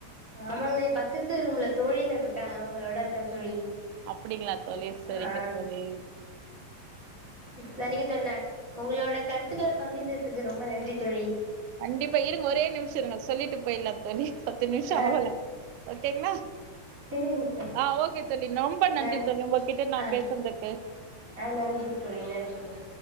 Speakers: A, on the right (about 25°); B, on the right (about 85°).
A: ஆமாங்க பக்கத்து ரூம்ல தோழிகள் இருக்காங்க அவங்களோட இருக்க தோழி
B: அப்டிங்களா தோழி சரிங்க
A: ஆ
B: தோழி
A: சரிங்க தோழி நா உங்களோட கருத்துக்கள பகிர்ந்ததுக்கு ரொம்ப நன்றி தோழி
B: கண்டிப்பா இருங்க ஒரே நிமிஷ இருங்க சொல்லிட்டு போயிலா தோழி பத்து நிமிஷம்
A: ஆ
B: ஆவல ஓகேங்களா
A: சரிங்க தோழி
B: ஆ ஓகே தோழி ரொம்ப நன்றி
A: நன்
B: தோழி உங்ககிட்ட நா
A: ஆ
B: பேசுறதுக்கு
A: ஆ நன்றி தோழி நன்றி தோழி